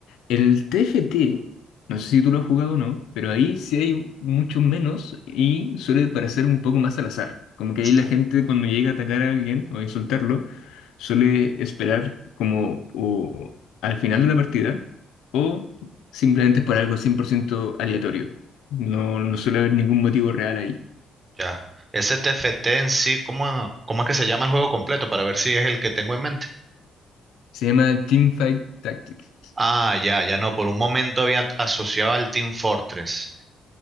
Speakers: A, on the left (about 85°); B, on the right (about 30°).
A: El TFT, no sé si tú lo has jugado o no, pero ahí sí hay un- mucho menos y suele parecer un poco más al azar. Como que
B: Es-
A: ahí la gente cuando llega a atacar a alguien o a insultarlo, suele esperar como o al final de la partida o simplemente es por algo 100% aleatorio. No, no suele haber ningún motivo real ahí.
B: Ya. Ese TFT en sí, ¿cómo, cómo es que se llama el juego completo? Para ver si es el que tengo en mente.
A: Se llama Teamfight Tactics.
B: Ah, ya, ya no. Por un momento había asociado al Team Fortress.